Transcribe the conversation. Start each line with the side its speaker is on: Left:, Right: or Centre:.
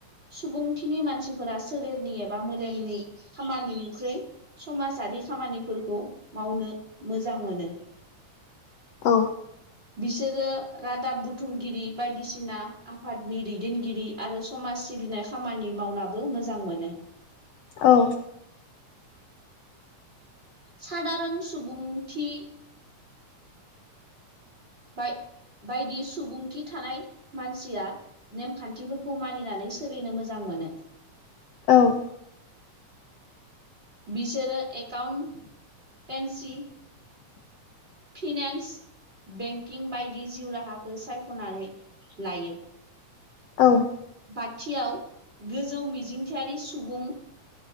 Right: सुबुंथिनि मानसिफोरा सोलेरनि एबा मेलेमनि खामानिनिख्रुइ। समाजारि खामानिफोरखौ मावनो मोजां मोनो।
Left: औ।
Right: बिसोरो रादाब बुथुमगिरि बायदिसिना आफादनि दैदेनगिरि आरो समाज। सिबिनाय खामानि मावनाबो मोजां मोनो।
Left: औ।
Right: सादारन सुबुंथि। बाय। बायदि सुबुंथि थानाय मानसिया नेमखान्थिफोरखौ मानिनानै सोलिनो मोजां। मोनो।
Left: औ।
Right: बिसोरो एकाउन्टटेन्सि। फिनान्स। बेंकिं बायदि जिउ राहाखौ सायख'नानै लायो।
Left: औ।
Right: खाथियाव गोजौ मिजिंथियारि सुबुं